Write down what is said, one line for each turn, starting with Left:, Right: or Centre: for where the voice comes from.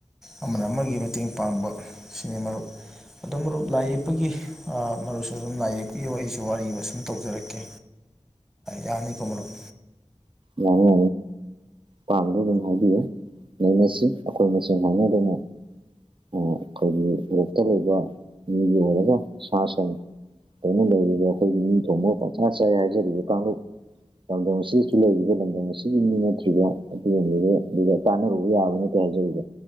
Centre: ꯑꯃꯅ ꯑꯃꯒꯤ ꯃꯇꯦꯡ ꯄꯥꯡꯕ ꯁꯤꯅꯤ ꯃꯔꯨꯞ ꯑꯗꯨꯝ ꯃꯔ ꯂꯥꯏ ꯌꯦꯛꯄꯒꯤ ꯃꯔꯨꯞꯁꯨ ꯑꯗꯨꯝ ꯂꯥꯏ ꯌꯦꯛꯄ ꯄꯤꯌꯣ ꯑꯩꯁꯨ ꯋꯥꯔꯤ ꯑꯃ ꯁꯨꯝ ꯇꯧꯖꯔꯛꯀꯦ ꯌꯥꯅꯤꯀꯣ ꯃꯔꯨꯞ
Right: ꯌꯥꯅꯤ ꯄꯥꯗꯨꯒꯅꯤ ꯍꯥꯏꯕꯤꯌꯨ ꯅꯩꯅꯁꯤ ꯑꯩꯈꯣꯏ ꯃꯁꯦꯟ ꯍꯥꯏꯅꯗꯅ ꯑꯩꯈꯣꯏꯒꯤ ꯔꯣꯛꯇ ꯂꯩꯕ ꯃꯤꯒꯤ ꯑꯣꯏꯔꯒ ꯁꯥ ꯁꯟ ꯑꯩꯅ ꯂꯩꯔꯤꯕ ꯑꯩꯈꯣꯏꯒꯤ ꯃꯤ ꯊꯣꯡꯕ ꯄꯪꯁꯥ ꯆꯥꯏ ꯍꯥꯏꯖꯔꯤꯕ ꯀꯥꯡꯂꯨꯞ ꯂꯝꯗꯝꯁꯤ ꯁꯤ ꯂꯩꯔꯤꯕ ꯂꯝꯗꯝ ꯑꯁꯤꯒꯤ ꯃꯤ ꯅꯠꯇ꯭ꯔꯤꯕ ꯑꯗꯨꯒꯕꯤꯕ ꯑꯗꯨꯒ ꯀꯥꯟꯅꯔꯨꯕ ꯌꯥꯕ ꯅꯠꯇꯦ ꯍꯥꯏꯖꯕꯗ